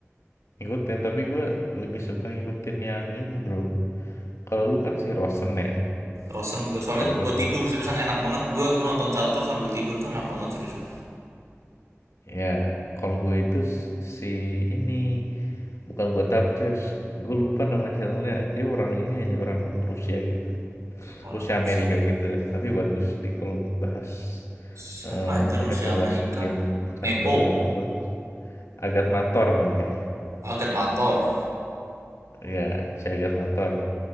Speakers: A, on the left; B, on the right.
A: Ngikutin, tapi gue lebih suka ngikutin yang ini bro. Kalau lu kan si Rosen ya.
B: Rosen gue soalnya
A: Kalau gue
B: buat
A: tuh,
B: tidur seriusan enak banget gue gue nonton catur sambil tidur tuh enak banget seriusan
A: ya kalau gue itu s- si ini. Bukan gue Chess. Gue lupa nama channelnya. Dia orang ini aja, orang Rusia gitu.
B: orang
A: Rusia
B: Rusia
A: Amerika gitu. Tapi bagus di kalau bahas
B: siapa
A: eh,
B: anjir Rusia
A: evaluasi
B: Amerika
A: game catur
B: Nepo
A: itu bagus. Agat Mator namanya.
B: Agat Mator
A: Iya, Siagar Motor.